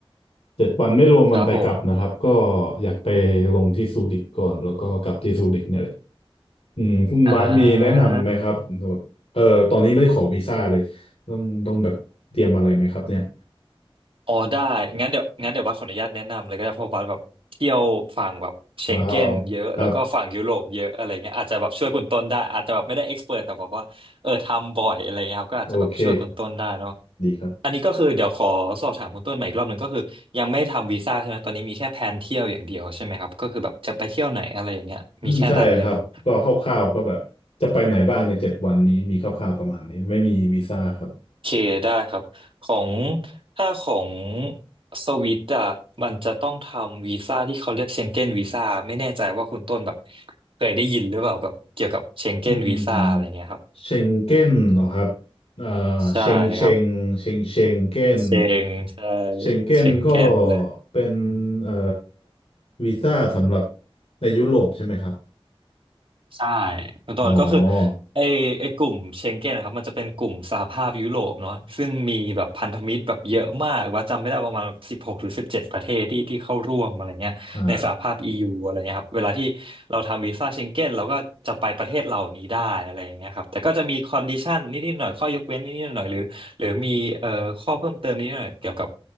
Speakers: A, on the left; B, on the right.
A: เจ็ดวันไม่รวมวันไปกลับนะครับก็
B: ครับผม
A: อยากไปลงที่ซูริกก่อนแล้วก็กลับที่ซูริกเนี่ยแหละ อืมคุณบาสมีแนะนำไหมครับแบบเออตอนนี้ไม่ได้ขอวีซ่าเลยต้องต้องแบบเตรียมอะไรไหมครับเนี่ย
B: อ่า อ๋อได้งั้นเดี๋ยวงั้นเดี๋ยวบัสขออนุญาตแนะนำเลยก็ได้เพราะบัสแบบเที่ยวฝั่งแบบเชงเก้นเยอะแล้วก็ฝั่งยุโรปเยอะอะไรเงี้ยอาจจะแบบช่วยคุณต้นได้อาจจะแบบไม่ได้เอ็กซ์เพรสแต่แบบว่าเออทำบ่อยอะไรเงี้ยครับก็อาจจะแบบช่วยคุณต้นได้เนาะ
A: ว้าวครับโอเคดีครับ
B: อันนี้ก็คือเดี๋ยวขอสอบถามคุณต้นใหม่อีกรอบหนึ่งก็คือยังไม่ทำวีซ่าใช่ไหมตอนนี้มีแค่แพลนเที่ยวอย่างเดียวใช่ไหมครับก็คือแบบจะไปเที่ยวไหนอะไรอย่างเงี้ยมีแค่นั้นเลยเนาะ
A: อืมใช่ครับก็คร่าวๆก็แบบจะไปไหนบ้างในเจ็ดวันนี้มีคร่าวๆประมาณนี้ไม่มีวีซ่าครับ
B: เคได้ครับของถ้าของสวิตอ่ะมันจะต้องทำวีซ่าที่เขาเรียกเชงเก้นวีซ่าไม่แน่ใจว่าคุณต้นแบบเคยได้ยินหรือเปล่าแบบเกี่ยวกับเชงเก้นวีซ่าอะไรเงี้ยครับ
A: อืมเชงเก้นเหรอครับอ่า
B: ใช่ครับ
A: เชงเชงเชงเชงเก้น
B: เชงใช่
A: เชงเก้นก็
B: เชงเก้นเลย
A: เป็นเอ่อวีซ่าสำหรับในยุโรปใช่ไหมครับ
B: ใช่คุณต้นก็คือ
A: อ๋อ
B: ไอไอกลุ่มเชงเก้นนะครับมันจะเป็นกลุ่มสหภาพยุโรปเนาะซึ่งมีแบบพันธมิตรแบบเยอะมากว่าจำไม่ได้ประมาณสิบหกหรือสิบเจ็ดประเทศที่ที่เข้าร่วมอะไรเงี้ยในสหภาพ
A: อ่า
B: EU อะไรเงี้ยครับเวลาที่เราทำวีซ่าเชงเก้นเราก็จะไปประเทศเหล่านี้ได้อะไรเงี้ยครับแต่ก็จะมีคอนดิชันนิดๆหน่อยข้อยกเว้นนิดๆหน่อยหรือหรือมีเอ่อข้อเพิ่มเติมนิดหน่อยเกี่ยวกับ